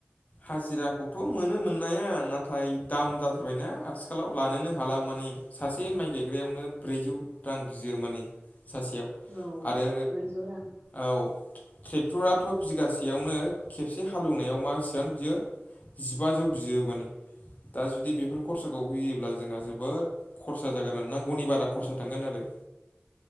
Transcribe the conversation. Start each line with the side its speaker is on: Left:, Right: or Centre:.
Left: हाजिराखौथ' मोनो मोननाया नाथाय दाम जाथारबायना आथिखालाव लानोनो हाला मानि सासे माइ गायग्रायावनो ब्रैजौ रां बियो माने सासेयाव
Right: औ
Left: आरो
Right: ब्रैजौ रां
Left: औ ट्रेक्टराथ' बिगासेयावनो खेबसे हालेवनायाव मास बां बियो जिबाजौ बियो माने दा जुदि बेफोर खरसाखौ होयोब्ला जोंहा जोबोद खरसा जागोन नांगौनि बारा खरसा थांगोन आरो